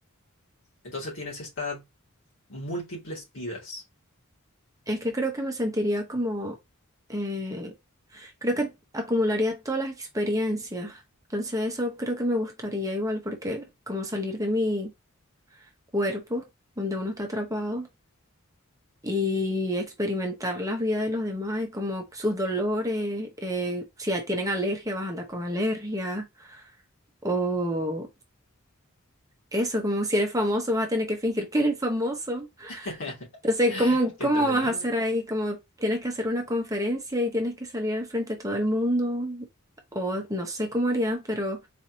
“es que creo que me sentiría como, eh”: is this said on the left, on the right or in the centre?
Right